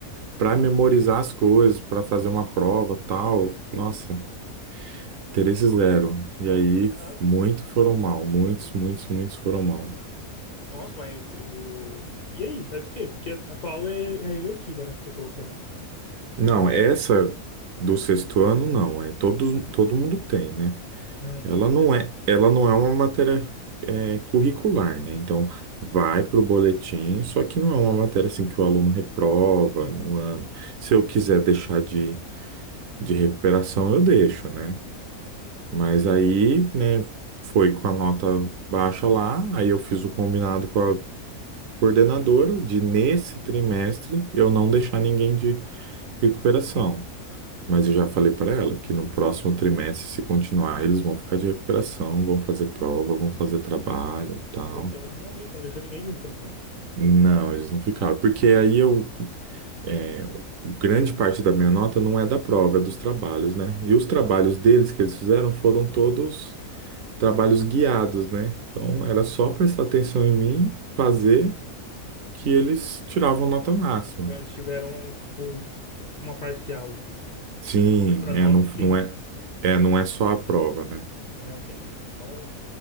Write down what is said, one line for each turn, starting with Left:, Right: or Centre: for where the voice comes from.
Right: para memorizar as coisas, para fazer uma prova, tal, nossa, interesse zero. E
Left: Nossa,
Right: aí,
Left: caraca.
Right: muito foram mal, muitos, muitos, muitos foram mal.
Left: Nossa, mas o. E aí, faz o quê? Porque a tua aula é, é eletiva, né? Que você falou pra mim.
Right: Não, essa do sexto ano, não, é todos, todo mundo tem, né?
Left: Ah, entendi.
Right: Ela não é, ela não é uma matéria é, curricular, né? Então, vai para o boletim, só que não é uma matéria assim que o aluno reprova
Left: Aham.
Right: um ano. Se eu quiser deixar de, de recuperação, eu deixo, né? Mas aí, né, foi com a nota baixa lá, aí eu fiz o combinado com a coordenadora de, nesse trimestre, eu não deixar ninguém de recuperação. Mas eu já falei para ela que no próximo trimestre, se continuar, eles vão ficar de recuperação, vão fazer prova, vão fazer trabalho, tal.
Left: Pô, é muito bonzinho, você não deixou ninguém de recuperação?
Right: Não, eles não ficaram, porque aí eu, é, grande parte da minha nota não é da prova, é dos trabalhos, né? E os trabalhos deles que eles fizeram foram todos trabalhos guiados, né? Então era só prestar atenção em mim, fazer que eles tiravam
Left: É,
Right: nota máxima.
Left: então eles tiveram, tipo, tipo uma parcial junto, uma
Right: Sim,
Left: uma outra nota
Right: é, não,
Left: que.
Right: não é, é, não é só a prova, né?
Left: Ah, entendi. Então